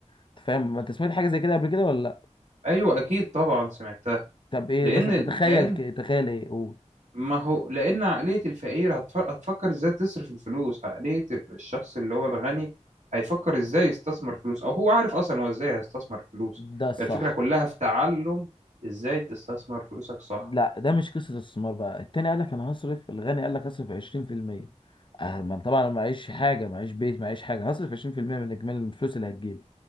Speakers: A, on the left; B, on the right.
A: أنت فاهم ما انت سمعت حاجه زي كده قبل كده ولا لا
B: ايوه اكيد طبعا سمعتها
A: طب ايه
B: لان
A: مثلا
B: الان
A: تتخيل ك- تخيل ايه قول
B: ما هو لان عقليه الفقير هتف- هتفكر ازاي تصرف الفلوس عقليه الشخص اللي هو الغني هيفكر ازاي يستثمر فلوس او هو عارف اصلا هو ازاي هيستثمر فلوس
A: ده الصح
B: الفكره كلها في تعلم ازاي تستثمر فلوسك صح
A: لا ده مش قصة استثمار بقى التاني قال لك انا هصرف الغني قال لك هصرف 20% آه، ما طبعا أنا معيش حاجة معيش بيت معيش حاجة هصرف 20% من اجمالي الفلوس اللي هتجيلي